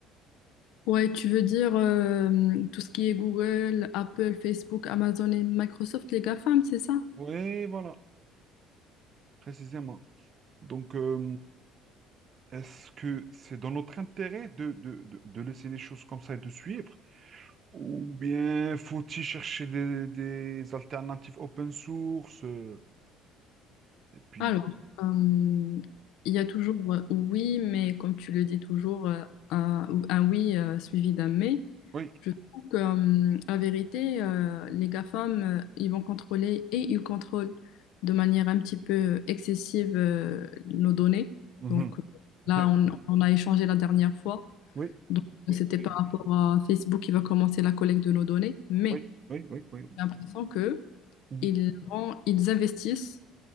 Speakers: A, on the left; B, on the right.
A: Ouais, tu veux dire euh, tout ce qui est Google, Apple, Facebook, Amazon et Microsoft, les GAFAM, c'est ça?
B: Oui, voilà, précisément. Donc, euh, est-ce que c'est dans notre intérêt de, de, de de laisser les choses comme ça et de suivre? Ou bien faut-il chercher des, des alternatives open source? euh, Et puis,
A: Alors, euh, il y a toujours euh, oui, mais comme tu le dis toujours, euh, un, un oui euh, suivi d'un mais.
B: oui,
A: Je trouve que, euh, la vérité, euh, les GAFAM, euh, ils vont contrôler et ils contrôlent de manière un petit peu excessive euh, nos données.
B: mhm,
A: Donc euh,
B: <laughs>
A: là, on, on a échangé la dernière fois.
B: oui,
A: Donc,
B: oui,
A: c'était
B: oui,
A: par rapport à Facebook qui va commencer la collecte de nos données, mais
B: oui, oui, oui, oui, oui,
A: j'ai l'impression que
B: mhm,
A: ils vont- ils investissent